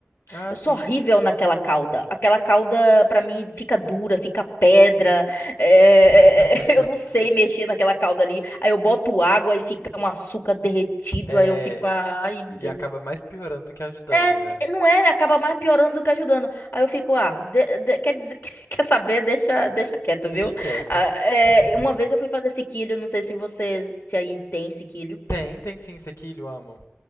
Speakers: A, on the left (about 80°); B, on the left (about 60°).
A: Ah,
B: eu
A: sim.
B: sou horrível naquela calda. Aquela calda, pra mim, fica dura, fica pedra. é,
A: <laughs>
B: <laughs> eu não sei mexer naquela calda ali. Aí eu boto água e fica um açúcar derretido.
A: É,
B: Aí eu fico, ai, meu
A: e
B: Deus.
A: acaba mais piorando do que ajudando,
B: É,
A: né?
B: não é, acaba mais piorando do que ajudando. Aí eu fico, ah, de- de- quer dizer, <laughs> quer saber, deixa, deixa quieto,
A: Deixa
B: viu?
A: quieto.
B: Ah, é,
A: <laughs>
B: uma vez eu fui fazer sequilho, não sei se você, se aí tem sequilho.
A: Tem, tem sim, sequilho, amo.